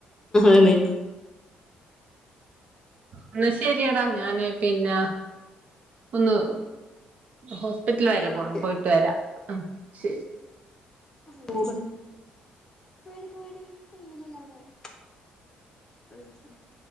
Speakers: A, on the left (about 20°); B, on the right (about 55°).
A: ആണ്
B: എന്നാ ശരിയെടാ ഞാന് പിന്നെ ഒന്ന് ഹോസ്പിറ്റലിൽ
A: എന്നാ
B: വരെ പോണം
A: ഓക്കെ
B: പോയിട്ട് വരാം ശരി
A: പോ ഇബട്ന്ന് പോ <unintelligible>